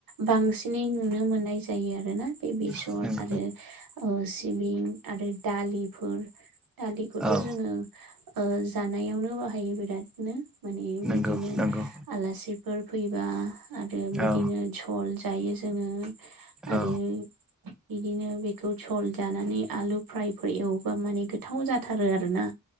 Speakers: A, on the right; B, in the centre.
A: बांसिनै नुनो मो मोननाय जायो आरोना बे बेसर
B: नंगौ
A: आरो ओ सिबिं आरो दालिफोर दालिखौथ'
B: औ
A: जोंङो ओ जानायावनो बाहायो बिरादनो माने
B: नंगौ
A: बिदिनो
B: नंगौ
A: आलासि फोर फैबा आरो बिदिनो
B: औ
A: झल जायो जोङो। आरो
B: औ
A: बिदिनो बेखौ झल जानानै आलु फ्राय फोर एवोबा माने गोथाव जाथारो आरो ना